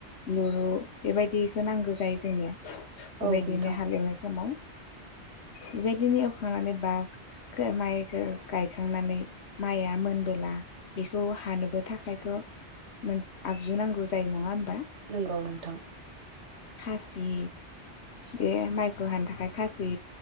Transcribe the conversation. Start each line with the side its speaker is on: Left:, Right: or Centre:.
Left: लुरु बेबायदिखौ नांगौ जायो जोंनिया बेबायदिनो
Right: औ नोंथां
Left: हालेवनाय समाव बेबायदिनो एवखांनानै बा खो माइखो गायखांनानै माइआ मोनबोला बेखौ हानोबो थाखायथ' मोनसे आगजु नांगौ जायो नङा होन
Right: नंगौ नोंथां
Left: खासि बे माइखौ हानो थाखाय खासि